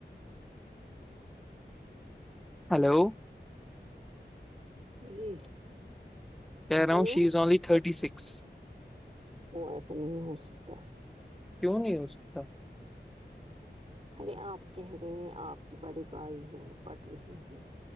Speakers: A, in the centre; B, on the right (about 35°).
A: hello
B: جی
A: <inaudible>
B: ہیلو
A: <unintelligible>
B: وہ ایسا نہیں ہو سکتا <unintelligible>
A: کیوں نہیں ہو سکتا
B: ارے آپ کہہ رہے ہیں آپ کی بڑی بھائی ہے وہ پڑھ رہی ہیں